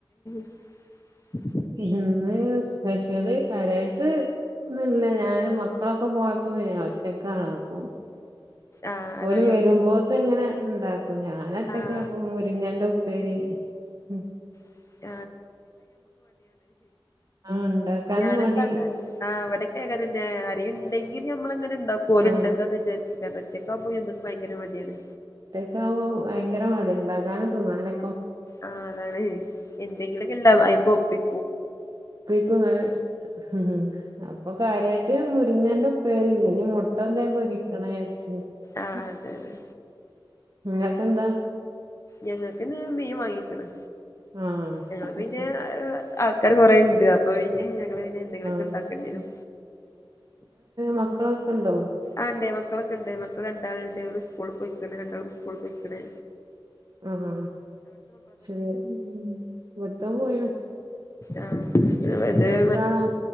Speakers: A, on the left (about 35°); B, on the right (about 50°).
A: <inaudible>
B: ഇന്ന് സ്പെഷ്യല് കരയട്ട് ന്നല്ല ഞാനും മക്കളും ഒക്ക പോയപ്പോ ഒറ്റക്കാണ് അപ്പ
A: ആഹ് അതാണ്
B: ഓല് വരുമ്പോതങ്ങനെ
A: ഒറ്റ
B: ഇണ്ടാക്കും ഞാനൊറ്റക്ക്
A: ആഹ്
B: അപ്പോ മുര്ങ്ങേന്റ ഉപ്പേരി ച്ചി
A: <inaudible>
B: ആഹ് ഇണ്ടാക്കാനും
A: ഞാനെക്ക
B: മടി
A: അങ്ങനെ തന്നെ ആ അവട ക്കെ അങ്ങനന്ന <unintelligible> ട കോലുണ്ടല്ലാ
B: ആഹ്
A: ന്ന് വിചാരിച്ച്ട്ടാണ് ഞാ ഒറ്റക്കാവുമ്പോ ഭയങ്കര മടിയാണ്
B: ഒറ്റക്കാമ്പോ ഭയങ്കര മടി എണ്ടാക്കാനും തോന്നോ അല്ലേ
A: ആ അതാണ് എന്തെങ്കിലും ക്കഎണ്ടാവും <unintelligible>
B: <unintelligible> ഹ്ഹ് അപ്പോ കാര്യായിട്ട് മു ങ്ങേന്റ ഉപ്പേ---രി ഇനി മൊട്ടന്തേം പൊരിക്കണേ ചേ
A: ആഹ്
B: മ്
A: അതെ അതെ
B: ഇങ്ങക്കെന്താ
A: ഞങ്ങക്കിന്ന് മീൻ വാങ്ങിക്ക്ണ്
B: ആ
A: ഞങ്ങള്
B: അത്
A: പിന്നെ
B: ശരി
A: ആൾക്കാര് കൊറെയിണ്ട് അപ്പ പിന്നെ ഞങ്ങള് പിന്നെ എന്തെങ്കിലൊക്കെ
B: ആ
A: ഇണ്ടാക്കേണ്ടി വരും
B: ഉം <unintelligible> മക്കളൊ ക്കൊണ്ടോ
A: ആണ്ടെ മക്കളൊക്കെ ഇണ്ട് മക്കള് രണ്ടാള്ണ്ട് അവര് സ്കൂളി പോയിക്കണ് രണ്ടാളും സ്കൂളി പോയിക്കണ്
B: അആ ഹാ ശരിയാ ഉം ഉം ഒരുത്തൻ പോയിന്
A: ആ <unintelligible>
B: എത്ര ആളാ